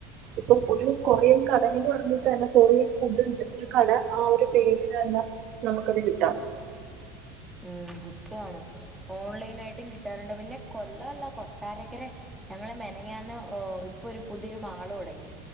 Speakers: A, on the right; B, in the centre.
A: ഇപ്പം ഇപ്പൊ ഒരു കൊറിയൻ കട എന്ന് പറഞ്ഞിട്ട് തന്നെ കൊറിയൻ ഫുഡ് കിട്ടുന്ന ഒരു കട ആ ഒരു പേരില് തന്നെ നമുക്കത് കിട്ടാറുണ്ട്
B: ഉം കൃത്യാണ് ഓൺലൈൻ ആയിട്ടും കിട്ടാറുണ്ട് പിന്നെ കൊല്ലല്ല കൊട്ടാരക്കരെ ഞങ്ങള് മെനഞ്ഞാന്ന് ഇപ്പൊ ഒരു പുതിയൊരു മാള് തുടങ്ങി